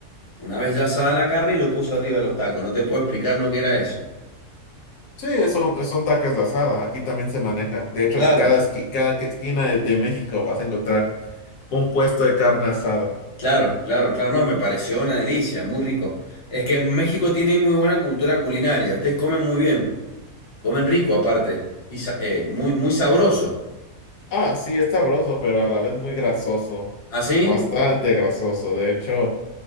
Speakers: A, on the left; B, on the left.
A: una vez ya asada la carne y lo puso arriba de los tacos. No te puedo explicar lo que era eso.
B: Sí, son, son tacos de asada. Aquí también se maneja. De hecho,
A: Claro.
B: cada, esqui- cada que- esquina de, de México vas a encontrar un puesto de carne asada.
A: Claro, claro, claro, no, me pareció una delicia, muy rico. Es que México tiene muy buena cultura culinaria, ustedes comen muy bien, comen rico aparte, y sa- eh, muy, muy sabroso.
B: Ah, sí, es sabroso, pero a la vez muy grasoso.
A: ¿Así?
B: Bastante grasoso. De hecho,